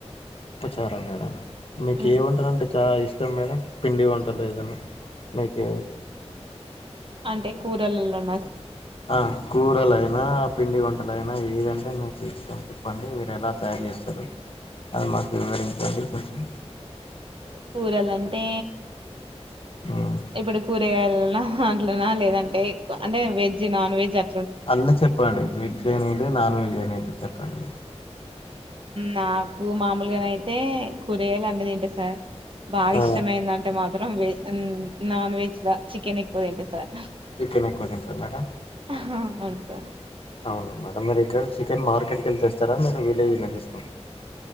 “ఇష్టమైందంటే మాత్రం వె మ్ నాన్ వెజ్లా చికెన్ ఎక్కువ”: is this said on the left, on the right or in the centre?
Right